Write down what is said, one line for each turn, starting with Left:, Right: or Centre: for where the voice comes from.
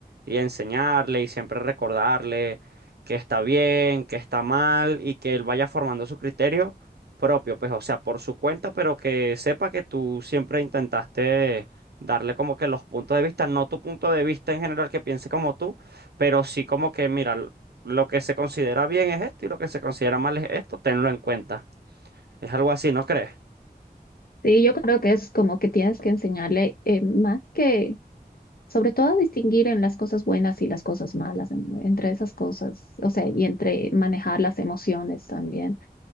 Right: y enseñarle y siempre recordarle que está bien, que está mal y que él vaya formando su criterio propio, pues o sea, por su cuenta, pero que sepa que tú siempre intentaste darle como que los puntos de vista, no tu punto de vista en general que piense como tú, pero sí como que, mira, lo que se considera bien es esto y lo que se considera mal es esto, tenlo en cuenta. Es algo así, ¿no crees?
Left: Sí, yo creo que es como que tienes que enseñarle eh, más que, sobre todo, a distinguir en las cosas buenas y las cosas malas, en- entre esas cosas, o sea, y entre manejar las emociones también,